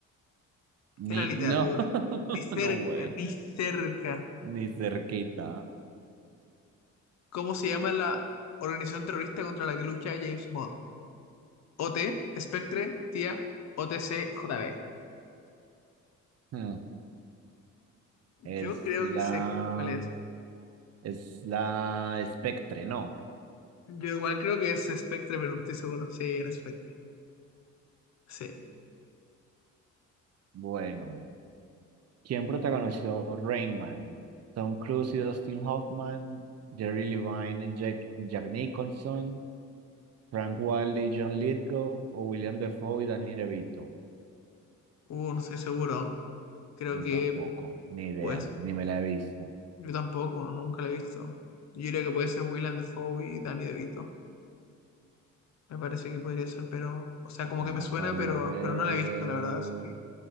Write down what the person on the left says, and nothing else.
Era literatura.
Ni cerca,
ni cerca.
¿Cómo se llama la organización terrorista contra la que lucha James Bond? O T Spectre, TIA, O T C, J JB.
Yo
creo
que sé cuál es.
Yo igual creo que es Spectre, pero no estoy seguro. Sí, era Spectre. Sí.
Uh, no estoy seguro. Creo
que,
pues,
yo tampoco, nunca lo he visto. Yo creo que puede ser Willem Dafoe y Danny DeVito. Me parece que podría ser, pero, o sea, como
que me suena,
pero, pero no la he visto, la verdad. Así que,